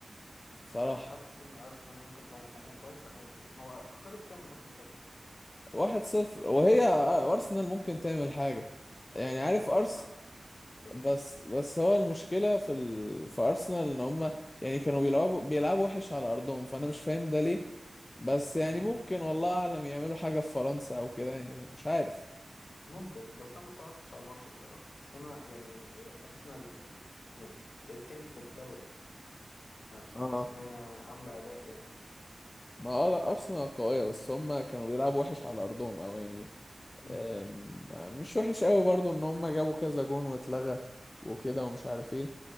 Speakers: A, on the left (about 35°); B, on the left (about 85°).
A: صراحة
B: انت مش حاسس ان ارسنال ممكن تعمل حاجه متوقع عادي يعني هو خلص كام الماتش اللي فات اصلا
A: واحد صفر وهي آه، ارسنال ممكن تعمل حاجة يعني عارف
B: أنا متوقع
A: ارس
B: ارسنال تصعد
A: بس بس هو المشكلة في ال... في ارسنال ان هما يعني كانوا بيلعبوا بيلعبوا وحش على ارضهم فانا مش فاهم ده ليه بس يعني
B: مم.
A: ممكن والله اعلم يعملوا حاجة في فرنسا او كده يعني مش عارف
B: ممكن بس انا ما اتفرجتش على الماتش بصراحه بس انا يعني آه، ارسنال آه، مت- التاني في الدوري آه، فحاسس
A: اه
B: ان هي عامله اداء يعني
A: ما اه لا ارسنال قويه بس هم كانوا بيلعبوا وحش على ارضهم او يعني
B: مم.
A: آم، مش وحش قوي برضو ان هم جابوا كذا جون واتلغى وكده ومش عارف ايه